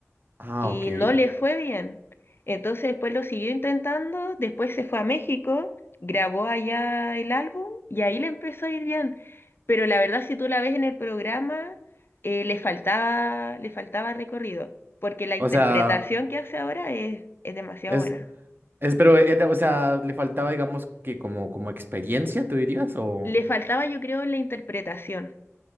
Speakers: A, on the right; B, on the left.
A: Ah,
B: y
A: ok.
B: no le fue bien. Entonces después lo siguió intentando, después se fue a México, grabó allá el álbum y ahí le empezó a ir bien. Pero la verdad, si tú la ves en el programa, eh, le faltaba, le faltaba recorrido, porque la
A: O
B: interpretación
A: sea,
B: que hace ahora es, es demasiado
A: es,
B: buena.
A: es, pero era, o sea, le faltaba, digamos, que como, como experiencia, ¿tú dirías? O, o
B: Le faltaba, yo creo, la interpretación,